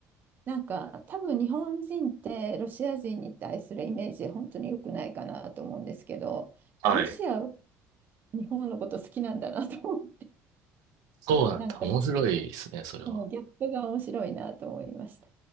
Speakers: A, on the right; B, on the right.
A: なんか多分日本人ってロシア人に対するイメージ本当に良くないかなと思うんですけど、
B: はい。
A: ロシア、日本のこと好きなんだなと思う、
B: そうなんだ。
A: なんか
B: 面白いですね、それは。
A: そのギャップが面白いなと思いました。